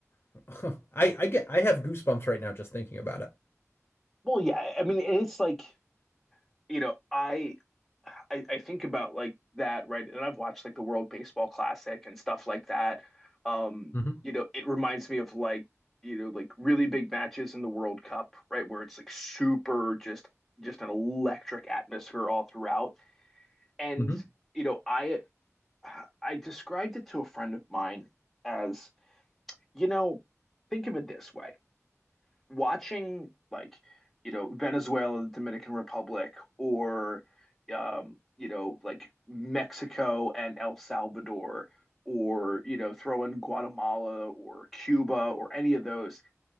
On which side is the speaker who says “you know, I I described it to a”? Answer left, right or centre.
Centre